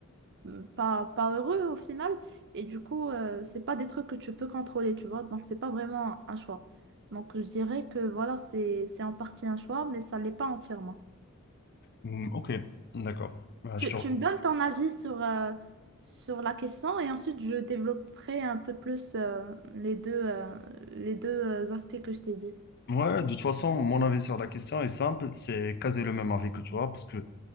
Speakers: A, on the right; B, on the left.
A: mm, pas, pas heureux au final. Et du coup, euh, c'est pas des trucs que tu peux contrôler, tu vois. Donc, c'est pas vraiment un choix. Donc, je dirais que voilà, c'est, c'est en partie un choix, mais ça l'est pas entièrement.
B: Hmm, ok, d'accord. Bah,
A: Tu,
B: je te
A: tu me donnes ton avis sur, euh, sur la question et ensuite, je développerai un peu plus euh, les deux, euh, les deux euh, aspects que je t'ai dit.
B: Ouais, de toute façon, mon avis sur la question est simple, c'est quasi le même avis que toi, parce que